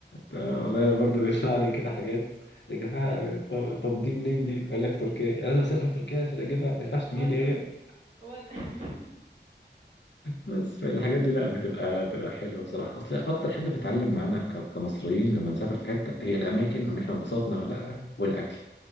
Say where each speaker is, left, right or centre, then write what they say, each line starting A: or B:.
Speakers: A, on the left; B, on the right.
A: آه، والله انا برضه بيطلع لي كده حاجات يا جماعه
B: <laughs> ايوه
A: طب طب دي منين دي؟ اقول لك تركيا لازم اسافر تركيا عشان اجيبها ما ينفعش تجي
B: وانا
A: لي
B: وانا <laughs>
A: بس فالحاجات دي لا بتبقى بتبقى حلوه بصراحه اصل اكتر حاجه بتعلم معانا ك- كمصريين لما نسافر في حته هي الاماكن وان احنا اتبسطنا ولا لا والاكل